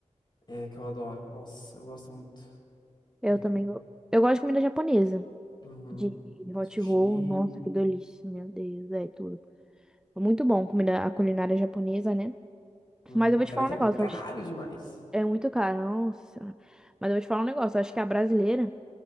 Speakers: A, on the left (about 40°); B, in the centre.
A: é que eu adoro. Nossa, eu gosto muito,
B: Eu
A: muito.
B: também. go- Eu gosto de comida japonesa.
A: Uhum.
B: De hot
A: Sushi.
B: roll. Nossa, que delícia. Meu Deus, é tudo. É Muito bom comida, a culinária japonesa, né?
A: Uhum.
B: Mas eu
A: Pena
B: vou te falar
A: que
B: um
A: é
B: negócio.
A: caro demais.
B: É muito caro, nossa. Mas eu vou te falar um negócio, eu acho que a brasileira,